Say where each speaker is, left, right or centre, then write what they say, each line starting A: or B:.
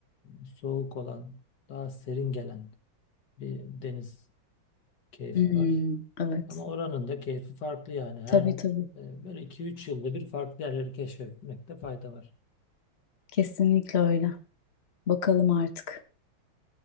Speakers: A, on the left; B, on the left.
A: e, soğuk olan, daha serin gelen bir deniz keyfi
B: Hmm,
A: var.
B: evet.
A: Ama oranın da keyfi farklı yani her
B: Tabii Yani tabii.
A: e, böyle iki üç yılda bir farklı yerleri keşfetmekte fayda var.
B: Kesinlikle öyle. Bakalım artık.